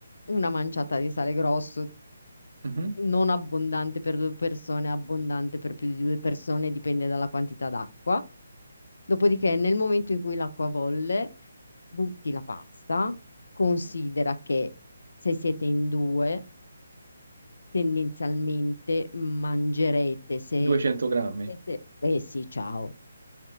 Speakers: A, on the left; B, on the right.
A: una manciata di sale grosso,
B: Mhm.
A: non abbondante per due persone, abbondante per più di due persone, dipende dalla quantità d'acqua. Dopodiché, nel momento in cui l'acqua bolle, butti la pasta, considera che se siete in due tendenzialmente mangerete se
B: 200 grammi?
A: siete... Eh sì, ciao.